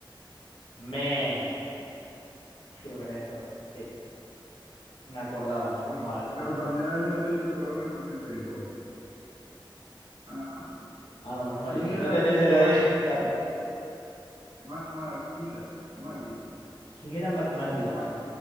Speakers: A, on the left; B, on the right.
A: Men. Creo que es esto. Sí. Me acordaba,
B: El
A: menos
B: corona.
A: mal.
B: Pero
A: ¿Usted?
B: también hay una triple corona en, en béisbol. Ajá.
A: Ah, no, menos mal.
B: ¿Quién
A: Yo solamente
B: era
A: pensé
B: Mac,
A: en la de <laughs> carro.
B: Mac Mardigan? Mardigan.
A: ¿Quién era MacMardigan?
B: Mac,